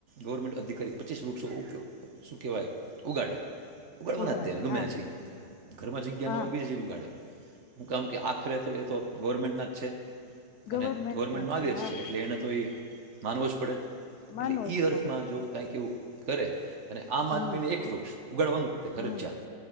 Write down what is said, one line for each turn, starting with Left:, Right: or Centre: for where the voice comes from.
Right: ગવર્મેન્ટ અધિકારી પચીસ વૃક્ષો ઉપયોગ શું કેવાય, ઉગાડે. ઉગાડવા
Left: ઉગાડે
Right: ના જ તેને, ગમે
Left: હા
Right: જઈને ઘર જગ્યા
Left: હા
Right: ન હોય બીજે જઈને ઉગાડે હું કેમ કે આખરે તો તો ગવર્મેન્ટના જ છે.
Left: ગવર્મેન્ટના
Right: અને ગવર્મેન્ટ નો
Left: જ
Right: આદેશ
Left: હા
Right: છે એટલે એને તો ઈ માનવુ જ પડે.
Left: માનવું
Right: એટલે ઈ
Left: જ
Right: અર્થમાં
Left: પડે
Right: જો કાયક એવુ કરે અને આમ
Left: હમ
Right: આદમીને એક વૃક્ષ ઉગાડવાનું જ હરજિયાત
Left: હમ